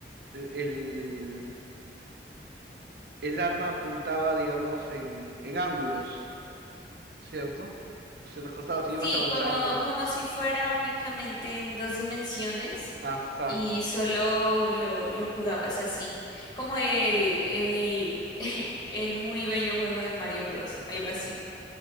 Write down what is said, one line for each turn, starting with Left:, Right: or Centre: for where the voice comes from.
Right: el, el arma apuntaba, digamos, en, en ángulos. ¿cierto? Hacia los costados
Left: Sí,
Right: y vas avanzando.
Left: como, como si fuera únicamente en dos dimensiones
Right: Ajá.
Left: y solo lo, lo jugabas así, como el, el, <laughs> el muy bello juego de Mario Bros, algo así.